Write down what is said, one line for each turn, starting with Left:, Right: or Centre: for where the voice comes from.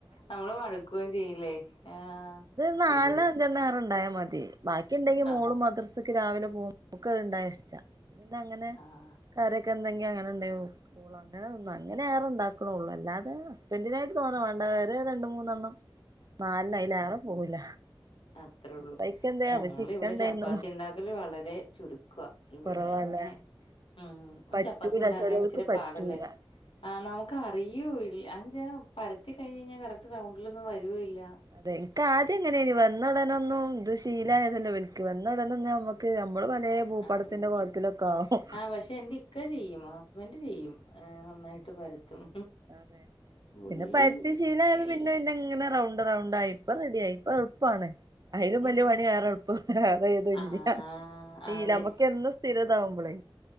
Left: നമ്മള് വഴ്ക്കുവേം ചെയ്യില്ലെ ആഹ്
Right: ഇത് നാല്ണോ
Left: ഇവിടെ
Right: അഞ്ചെണ്ണോ ഏറെണ്ടായ മതി ബാക്കിണ്ടെങ്കി മോളും
Left: ആഹ്
Right: മദ്രസ്ക്ക് രാവിലെ പോവും ഓക്ക് അത്ണ്ടായ ഇഷ്ട്ടാ പിന്നെ അങ്ങനെ
Left: ആഹ്
Right: കറ്യേക്കെണ്ടെങ്കി അങ്ങനെ ഇണ്ടായി കൊട്ക്കും ഓള്ങ്ങനെന്നും അങ്ങനെ ഏറെണ്ടാക്ക്ണോള്ളൂ അല്ലാതെ ഹസ്ബന്റിനായിട്ട് തോനെ വേണ്ട ഏറിയാ രണ്ട് മൂന്നെണ്ണം നാല്നം അയ്ലേറ പോവൂല
Left: അത്രള്ളൂ
Right: അപ്പ ഇക്ക് എന്തേ
Left: ഞങ്ങളിവിടെ
Right: അപ്പച്ചി ഇക്ക് എന്തേന്നു
Left: ചപ്പാത്തിണ്ടാക്കല് വളരെ ചുരുക്കാ ഇവിടെ
Right: കുറവാല്ലേ
Left: അങ്ങനെ ഉം
Right: പറ്റൂല
Left: ചപ്പാത്തി ഇണ്ടാക്കാൻ
Right: ചെലോർക്ക്
Left: ഇച്ചിരി
Right: പറ്റൂല
Left: പാടല്ലേ ആഹ് നമ്ക്ക് അറിയ്യൂല് അത്ച്ചാ പരത്തി കയ്ഞ്ഞയിഞ്ഞ കറക്റ്റ് റൗണ്ട്ലൊന്നും വരൂല്ല
Right: അതെ ഇൻക്ക് ആദ്യം ഇങ്ങനേനി വന്ന ഉടനൊന്നും ഇത്ഷ് ശീലായതല്ലേ ഇവൽക്ക് വന്ന ഉടനൊന്നും നമ്മക്ക് നമ്മള് പലേ ഭൂപടത്തിന്റെ
Left: ആഹ് അറിയില്ല
Right: കോലത്തിലൊക്കെ ആവും
Left: ആഹ് പക്ഷെ ഇന്റെ ഇ ഇക്ക ചെയ്യും ഹസ്ബൻഡ് ചെയ്യും ഏ നന്നായിട്ട് പരത്തും
Right: അതെ
Left: പുള്ളി
Right: പിന്നെ പര്ത്തി ശീലയപ്പോ
Left: എല്ല
Right: പിന്നെന്നെങ്ങനെ റൗണ്ട് റൗണ്ടായി ഇപ്പൊ റെഡിയായി ഇപ്പൊ എള്പ്പാണ് അയ്ലും വല്ല്യ
Left: ഉം
Right: പണി വേറെ എള്പ്പം വേറെത് വല്ല്യ
Left: ആഹ്
Right: ശീലം
Left: അതെ
Right: നമ്മക്ക് എന്നും സ്ഥിരതാവുമ്പളെ